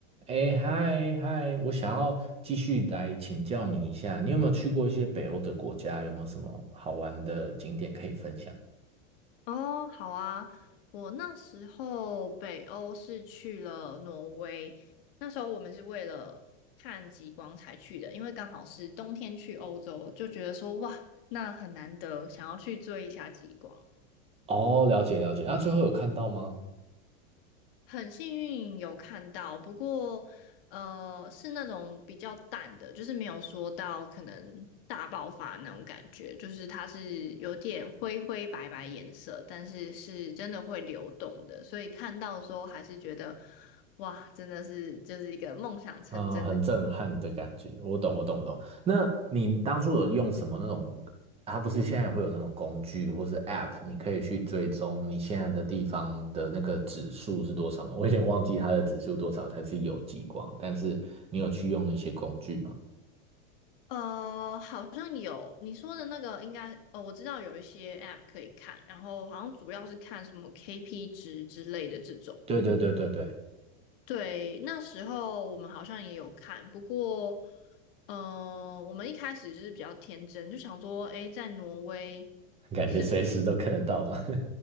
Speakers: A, on the right (about 15°); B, on the left (about 50°).
A: 哎，嗨嗨，我想要继续来请教你一下，你有没有去过一些北欧的国家？有没有什么好玩的景点可以分享？
B: 哦，好啊，我那时候北欧是去了挪威，那时候我们是为了看极光才去的，因为刚好是冬天去欧洲，就觉得说哇，那很难得，想要去追一下极光。
A: 哦，了解了解，那、最后有看到吗？
B: 很幸运有看到，不过呃是那种比较淡的，就是没有说到可能大爆发那种感觉，就是它是有点灰灰白白颜色，但是是真的会流动的，所以看到的时候还是觉得哇，真的是就是一个梦想成真的。
A: 嗯，很震撼的感觉，我懂我懂我懂。那你当初有用什么那种？它不是现在也会有那种工具或是 App，你可以去追踪你现在的地方的那个指数是多少吗？<laughs> 我有点忘记它的指数多少才是有极光，但是你有去用那些工具吗？
B: 呃，好像有你说的那个，应该呃，我知道有一些 app 可以看，然后好像主要是看什么 KP 值之类的这种。
A: 对对对对对。
B: 对，那时候我们好像也有看，不过，嗯、我们一开始就是比较天真，就想说，诶，在挪威
A: 感觉随时都看得到嘛。
B: 是不是